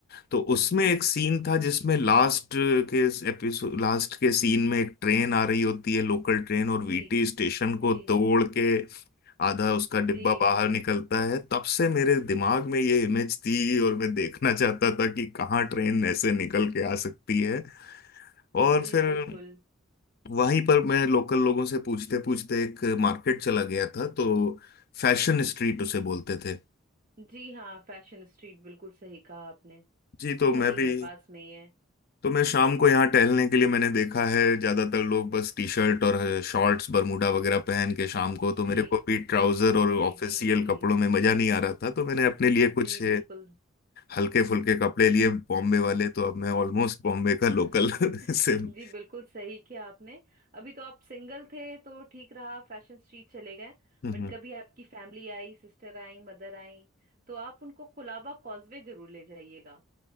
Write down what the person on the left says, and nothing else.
तो उसमें
एक सीन था जिसमें लास्ट के एपिसोड लास्ट के सीन में एक ट्रेन आ रही होती है लोकल ट्रेन और वीटी
स्टेशन
को तोड़ के आधा उसका डिब्बा
बाहर
निकलता है तब से मेरे दिमाग में ये इमेज थी और मैं देखना चाहता था कि कहाँ ट्रेन ऐसे निकल के आ सकती है और
फिर
वहीं पर मैं लोकल लोगों से पूछते पूछते एक मार्केट चला गया था तो फैशन स्ट्रीट उसे बोलते थे
जी तो
मैं
भी
तो मैं शाम को यहाँ टहलने के लिए मैंने देखा है ज्यादातर लोग बस टी शर्ट और शॉर्ट्स बरमूडा वगैरह पहन के शाम को तो
मेरे को भी ट्राउजर और
ऑफिशियल
कपड़ों में मजा नहीं आ रहा था तो मैंने अपने लिए
कुछ
हल्के फुल्के कपड़े लिए बॉम्बे वाले तो अब मैं ऑलमोस्ट बॉम्बे
का लोकल <laughs> से हम्म,
हम्म।